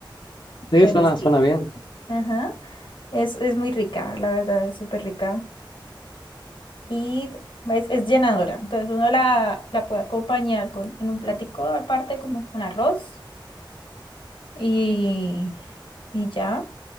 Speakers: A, on the left (about 60°); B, on the left (about 80°).
A: Sí,
B: Pero
A: suena,
B: sí,
A: suena bien.
B: ajá. Es, es muy rica, la verdad, es súper rica. Y es, es llenadora. Entonces uno la, la puede acompañar con, en un platico aparte, como con arroz. Y, y ya,